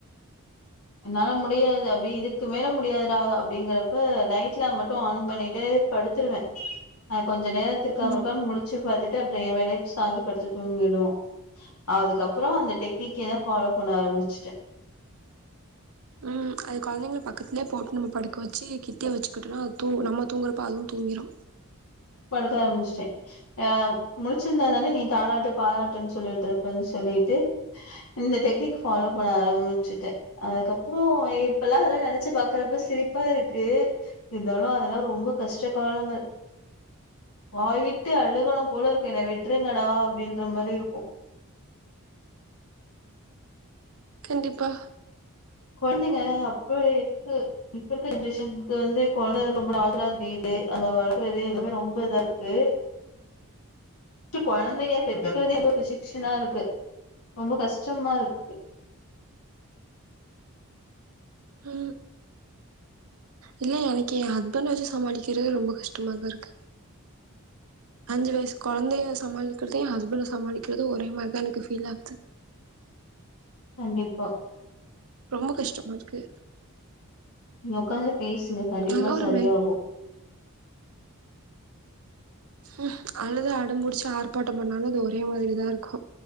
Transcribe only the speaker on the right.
ம்
ம் அது கொழந்தைங்ல பக்கத்லயே போட்டு நம்ம படுக்க வச்சு கிட்டிய வச்சுக்கிட்டோனா அது நம்ம தூங்குறப்ப அதுவு தூங்கிரு
கண்டிப்பா
ஆ இல்ல எனக்கு என் ஹஸ்பண்ட வெச்சு சமாளிக்கிறது ரொம்ப கஷ்டமாதா இருக்கு அஞ்சு வயசு கொழந்தைய சமாளிக்கிறது எ ஹஸ்பண்ட சமாளிக்கிறது ஒரே மாரிதா எனக்கு ஃபீல் ஆகுது
ரொம்ப கஷ்டமா இருக்கு
நல்ல ஒரு
மே ம் அழுது அடம்புடிச்சு ஆர்ப்பாட்ட பண்ணாலு அது ஒரே மாரிதா இருக்கு